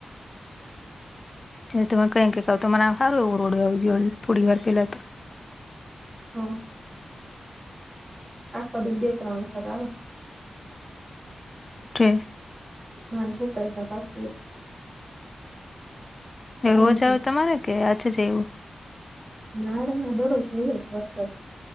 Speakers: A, on the left (about 40°); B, on the right (about 35°).
A: તમે કઈ કઈક તો મને સારું એવું રોડ ગળી થોડી વાર પેલા તો
B: હા આાકપ દ બેે ત ન આવકદા
A: પ
B: ભાન હો કઈ ત પાસ આવી
A: રોજ
B: જાય
A: આવે તમારે કે આજે છે એવું
B: નારે એમાં દરરોજ હોય જ વરસાદ